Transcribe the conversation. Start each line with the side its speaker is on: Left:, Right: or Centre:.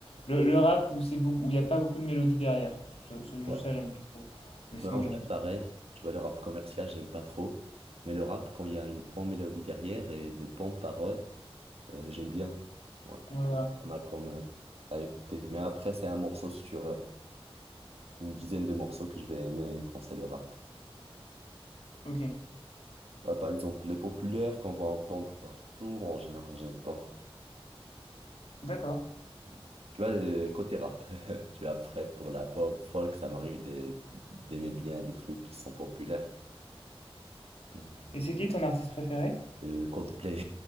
Left: le, le rap où c'est beaucoup, où il n'y a pas beaucoup de mélodie derrière, Ça- ça- juste
Right: Ouais.
Left: ça j'aime pas trop, mais sinon
Right: Ouais, en vrai,
Left: j'aime tout.
Right: pareil. Tu vois, le rap commercial, j'aime pas trop. Mais le rap, quand il y a une bonne mélodie derrière et de bonnes paroles, Euh, j'aime bien. Ouais,
Left: Ouais, voilà,
Right: pas mal comme euh, à écouter. Mais après, c'est un morceau sur euh, une dizaine de morceaux que je vais aimer quand c'est le rap.
Left: ok,
Right: Tu vois, par exemple, les populaires qu'on va entendre partout, en général, j'aime pas.
Left: d'accord.
Right: Mm. Tu vois, euh, côté rap, <laughs> tu vois, après, pour la pop, folk, ça m'arrive des- d'aimer bien des trucs qui sont populaires. Mm.
Left: Et c'est qui ton artiste préféré?
Right: Euh, Coldplay,